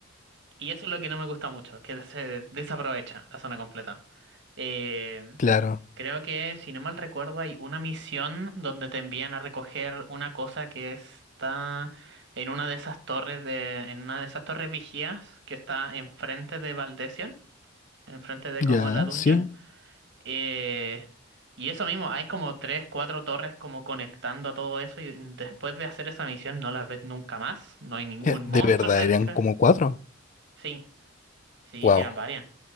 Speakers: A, on the right; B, on the left.
A: Y eso es lo que no me gusta mucho, que se desaprovecha la zona completa. Eh,
B: Claro,
A: creo que, si no mal recuerdo, hay una misión donde te envían a recoger una cosa que está en una de esas torres de, en una de esas torres vigías que está enfrente de Valdesion, enfrente de como
B: ya,
A: la dungeon.
B: sí.
A: Eh, y eso mismo, hay como tres, cuatro torres como conectando a todo eso y después de hacer esa misión no las ves nunca más, no hay ningún
B: Ya,
A: monstruo
B: De verdad,
A: cerca.
B: eran como cuatro.
A: Sí, sí,
B: Wow.
A: sí eran varias.